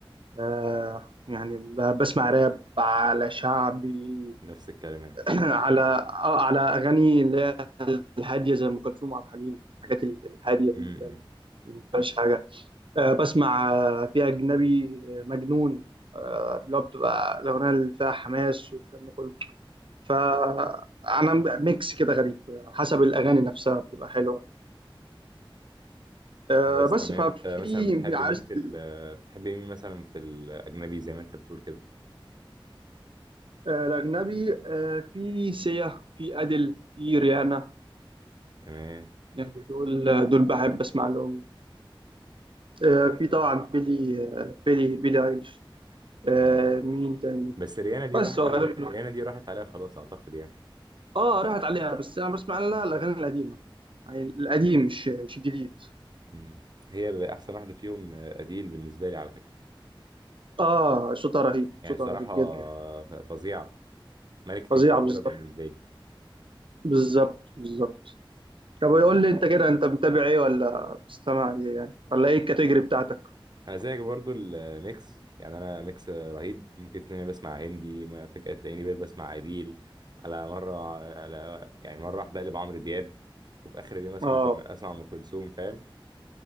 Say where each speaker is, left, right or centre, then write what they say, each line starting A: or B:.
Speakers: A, on the right; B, on the right.
A: أه يعني ب- بسمع راب على شعبي
B: نفس الكلام يعني
A: <clears throat> على آه، على أغاني اللي هي الهادية زي أم كلثوم وعبد الحليم الحاجات ال- الهادية دي
B: امم
A: اللي
B: امم.
A: ما فيهاش حاجة أه بسمع آه، في أجنبي آه، مجنون آه، اللي هو بتبقى الأغنية اللي فيها حماس والكلام ده كله فانا ميكس كده غريب حسب الاغاني نفسها بتبقى حلوه
B: خلاص
A: آه، بس
B: تمام
A: ففي
B: انت مثلا بتحب
A: في عايز
B: مين في ال- بتحب مين مثلا في الاجنبي زي ما انت بتقول كده
A: آه، الاجنبي آه، في سيا في ادل في ريانا
B: تمام
A: يعني دول دول بحب اسمع لهم آه، في طبعا بيلي آه، بيلي بيلي ايليش آه،
B: امم
A: مين تاني
B: بس ريانا دي
A: بس
B: راحت
A: هو
B: ع-
A: غالبا
B: ريانا دي راحت عليها خلاص اعتقد يعني
A: اه راحت عليها بس انا بسمع لها الاغاني القديمه يعني القديم مش مش الجديد
B: امم هي بقى احسن واحده فيهم آه، اديل بالنسبه لي على فكره
A: اه صوتها رهيب
B: يعني
A: صوتها
B: صراحة
A: رهيب جدا
B: ف- فظيعة ملكة
A: فظيعه
B: انجلترا
A: بالظبط
B: بالنسبة لي
A: بالظبط بالظبط طب قول
B: مم.
A: لي انت كده انت متابع ايه ولا بتستمع ليه يعني ولا ايه الكاتيجوري بتاعتك
B: انا زيك برضو الميكس يعني انا ميكس رهيب ممكن تلاقيني بسمع هندي ما فجأة تلاقيني بقيت بسمع عبيل على مرة على يعني مرة واحدة اقلب عمرو دياب وفي اخر اليوم اسمع
A: اه
B: اسمع ام كلثوم فاهم